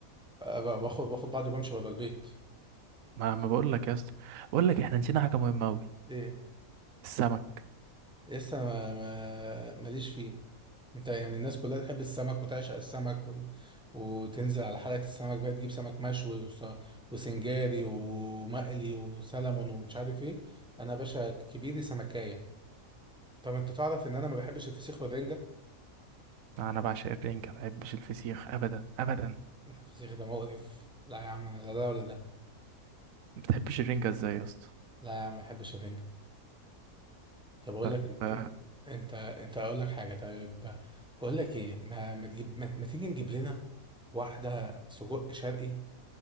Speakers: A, in the centre; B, on the right.
A: آه، ب- باخد باخد بعضي وبمشي بره البيت
B: ما ما بقول لك يا اسطى بقول لك احنا نسينا حاجه مهمه قوي
A: ايه
B: السمك
A: لسه ما ما- ماليش فيه انت يعني الناس كلها تحب السمك وتعشق السمك و... وتنزل على حلقة السمك بقى تجيب سمك مشوي وس... وسنجاري ومقلي وسلمون ومش عارف ايه انا يا باشا كبيري سمكاية طب انت تعرف ان انا ما بحبش الفسيخ والرنجة
B: انا بعشق الرنجه ما بحبش الفسيخ ابدا ابدا
A: الفسيخ ده مقرف لا يا عم انا لا ده ولا ده
B: ما بتحبش الرنجه ازاي يا اسطى
A: لا يا عم ما بحبش الرنجة طب اقول
B: طب
A: لك انت
B: اه
A: انت انت اقول لك حاجة طيب بقول لك ايه ما ما, تجيب... ما... ما تيجي نجيب لنا واحدة سجق شرقي